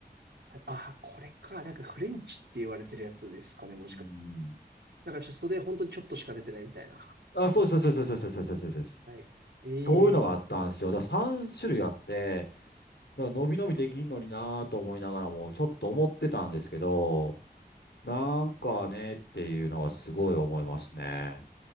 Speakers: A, on the right; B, on the left.
A: はい、ああ、これか。なんかフレンチって言われてるやつですかね、もしかして。
B: うん。
A: だからちょっと袖本当にちょっとしか出てないみたいな。
B: あ、そうですそうですそうですそうですそうですそうです。
A: はいはい。ええ
B: そういうのがあったんですよ。だから3種類あって、だから伸び伸びできんのになぁと思いながらも、ちょっと思ってたんですけど、なんかねっていうのがすごい思いますね。